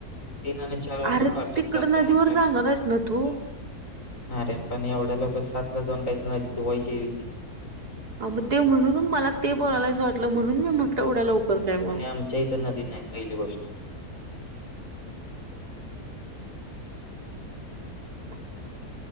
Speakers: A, on the left; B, on the right.
A: तीन आणि चार वाजता
B: अरे
A: पाहटचं
B: तिकड
A: जात्या
B: नदीवर
A: म्हटल्या.
B: जाणार आहेस ना तू
A: आरे पण एवढ्या लवक सात ला जाऊन काय न दुवायची हाय वय ती.
B: आ म ते म्हणून मला ते बोलायलायस वाटलं, म्हणून मी म्हटलं एवढ्या लवक तर काय म?
A: आणि आमच्या इथं नदी नाही पहिली गोष्ट
B: <unintelligible>